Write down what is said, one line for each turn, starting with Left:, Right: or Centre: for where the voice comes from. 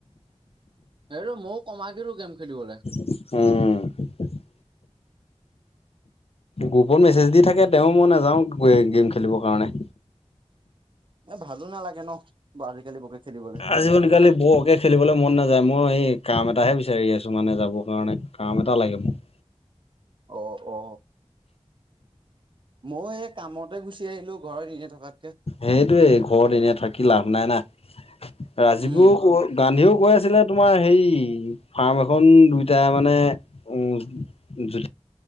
Right: এই ৰ ময়ো কমাই দিলো গেম খেলিবলে
Left: উম গ্ৰুপত মেছেজ দি থাকে তেওঁ মই নাযাও গেম খেলিবৰ কাৰণে
Right: এ ভালো নালাগে ন আজিকালি বকে খেলিবলে
Left: আজিব ন কালি বৰকে খেলিবলৈ মন নাযায় মই এই কাম এটাহে বিচাৰি আছো মানে যাবৰ কাৰণে কাম এটা লাগে মোক
Right: অ অ মই এই কামতে গুচি আহিলো ঘৰত এনে থকাতকে
Left: সেইটয়ে ঘৰত এনেই থাকি লাভ নাই না ৰাজীৱও
Right: উম
Left: গান্ধীও কৈ আছিলে তোমাৰ হে ফাৰ্ম এখন দুইটাই মানে উ